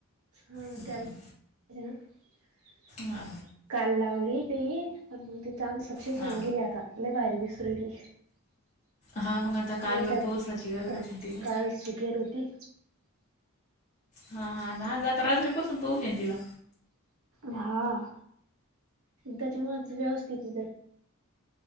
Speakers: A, on the right (about 75°); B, on the left (about 35°).
A: हा
B: हम्म
A: त्याला <unintelligible>
B: हा
A: काल लावली ते पण मग ति चांग सक्सेस
B: हा
A: होऊन गेली आता. न वारी विसरली.
B: हा मग आता काल
A: नाही तर
B: पावसाची गरज होती ना तिला
A: काल सुकेल होती.
B: हा ना जाता रात्री बसून पोहशन तिला
A: हा त्याच्यामुळेच व्यवस्थित